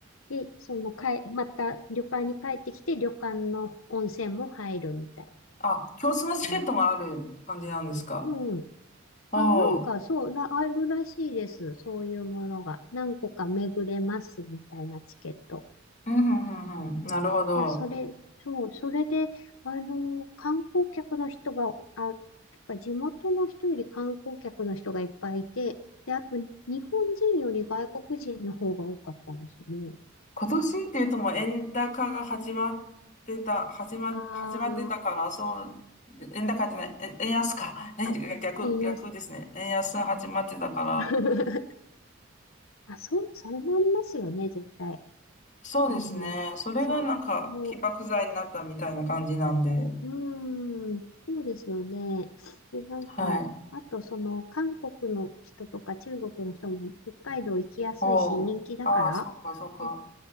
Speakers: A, on the left; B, on the left.
A: で、そのかえ、また旅館に帰ってきて、旅館の温泉も入るみたいな
B: あ、共通のチケットがある感じなんですか。
A: 感じ。うん
B: おおー、
A: あ、なんかそう、らあるらしいです。そういうものが。何個か巡れますみたいなチケット。
B: うん、うん、
A: いや、
B: うん、うん。なるほど。
A: うんいやそれ、そう、それで、あの、観光客の人が、あ、とか地元の人より観光客の人がいっぱいいて、で、あと、日本人より外国人の方が多かったんですね。
B: 今年っていうともう円高が始まってた、始ま、
A: あ
B: 始まってたから、そう、円高じゃない、円円安か。<laughs> ね逆、
A: あ、あ、円安。
B: 逆ですね。円安が始まってたから、
A: <laughs> あ、そう、それもありますよね、絶対。
B: そうですね。
A: あの、
B: それがなんか起爆剤になったみたいな感じなんで。
A: それ、ね。うーん、そうですよね。え、なんか、
B: はい。
A: あとその韓国の人とか中国の人も北海道行きやすいし人気だから、
B: おお、ああ、そっか、そっか。
A: うん